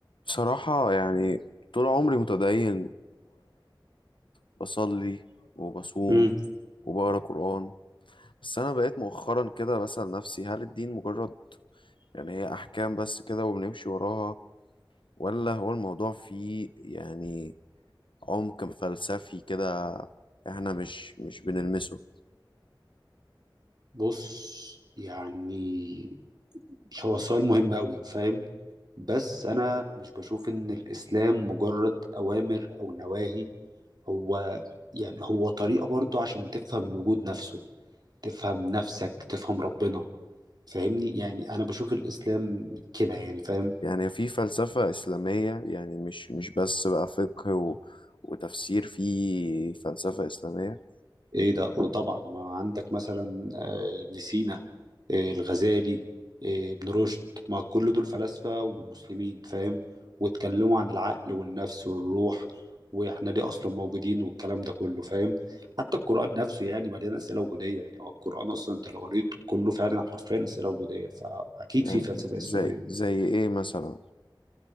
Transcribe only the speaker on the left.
بصراحة يعني طول عمري متدين وبصلي وبصوم
وبقرا قرآن بس أنا بقيت مؤخرا كده بسأل نفسي هل الدين مجرد يعني هي أحكام بس كده وبنمشي وراها ولا هو الموضوع فيه يعني عمق فلسفي كده إحنا مش مش بنلمسه
يعني في فلسفة إسلامية يعني مش مش بس بقى فقه و وتفسير في فلسفة إسلامية
يعني
زي زي إيه مثلا؟